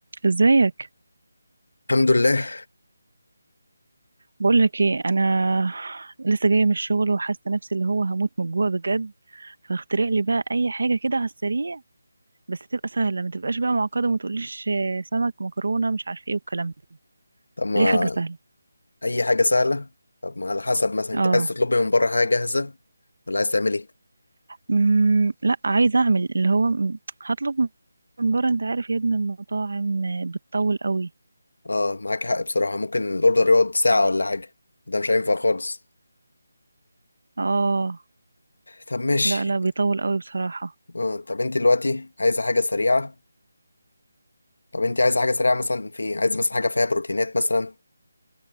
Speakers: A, on the right (about 75°); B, on the left (about 80°).
A: ازيك
B: الحمد لله
A: بقول لك ايه انا لسه جايه من الشغل وحاسه نفسي اللي هو هموت من الجوع بجد فاخترع لي بقى اي حاجه كده على السريع بس تبقى سهله ما تبقاش بقى معقده وما تقوليش آه، سمك مكرونه مش عارفه ايه والكلام ده
B: طب ما
A: ليه حاجه سهله
B: اي حاجه سهله طب ما على حسب مثلا
A: اه
B: انت عايز تطلبي من بره حاجه جاهزه ولا عايز تعمل ايه
A: امم لا عايزه اعمل اللي هو م- هطلب من بره انت عارف يا ابني المطاعم آه، بتطول قوي
B: اه معاك حق بصراحه ممكن الاوردر يقعد ساعه ولا حاجه ده مش هينفع خالص
A: اه
B: طب ماشي
A: لا لا بيطول قوي بصراحه
B: آه طب انت دلوقتي عايزه حاجه سريعه طب انت عايزه حاجه سريعه مثلا في إيه؟ عايزه مثلا حاجه فيها بروتينات مثلا